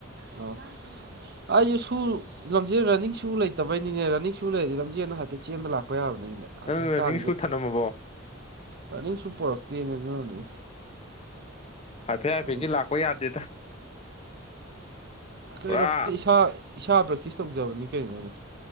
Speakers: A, on the right; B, on the left.
A: ꯑꯣ <inaudible> ꯑꯩꯖꯨ ꯁꯨ ꯂꯝꯖꯦꯜ ꯔꯟꯅꯤꯡ ꯁꯨ ꯂꯩꯇꯕꯩꯅꯤꯅꯦ ꯔꯟꯅꯤꯡ ꯁꯨ ꯂꯩꯔꯗꯤ ꯂꯝꯖꯦꯜ ꯍꯥꯏꯐꯦꯠ ꯆꯦꯟꯕ ꯂꯥꯛꯄ ꯌꯥꯕꯅꯦ
B: ꯅꯪ
A: ꯍꯛꯆꯥꯡꯁꯦ
B: ꯔꯟꯅꯤꯡ ꯁꯨ ꯊꯅꯝꯃꯕꯣ
A: ꯔꯥꯅꯤꯡꯁꯨ ꯄꯨꯔꯛꯇꯦꯅ ꯑꯗꯨꯅꯅꯦ
B: ꯍꯥꯏꯐꯦꯠ ꯍꯥꯏꯐꯦꯠꯒꯤ
A: ꯔꯟꯅꯤꯡ
B: ꯂꯥꯛꯄ ꯌꯥꯗꯦꯗ
A: ꯀꯩꯅꯣ
B: ꯄꯨꯔꯥ
A: ꯏꯁꯥ ꯏꯁꯥ ꯄ꯭ꯔꯦꯛꯇꯤꯁ ꯇꯧꯖꯕꯅꯤ ꯀꯩꯅꯣꯅꯦ